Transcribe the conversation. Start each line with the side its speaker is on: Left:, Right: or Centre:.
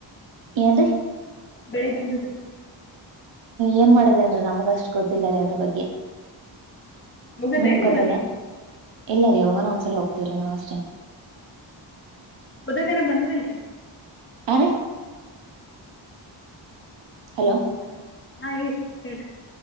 Right: ಏನ್ರಿ.
Left: ಬೆಳಿ ಬಂದದ್ರಿ..
Right: ಏನ್ ಮಾಡಿದೇನ್ರೀ ನಮಗ ಅಷ್ಟು ಗೊತ್ತಿಲ್ಲ ರೀ ಅದ್ರ ಬಗ್ಗೆ.
Left: ಹೋಗಲ್ಲ
Right: ನಿಮ್
Left: ಏನ್ ನೀವ್
Right: ಗೊತ್ತದೆೇನ್
Left: ಅಲ್ಲಿ
Right: ಇಲ್ಲ ರೀ ಯಾವಗನ ಒಂದ್ಸಲ ಹೋಗ್ತೀವ್ರೀ ನಾವ್ ಅಷ್ಟೇ.
Left: ಬುದದಿನ ಬಂದದಲ್ರರಿ.
Right: ಹಾರೀ. ಹಲೋ.
Left: ಹಲೋ ಹಾ ಹೇಳ ಹೇಳ್ರರಿ.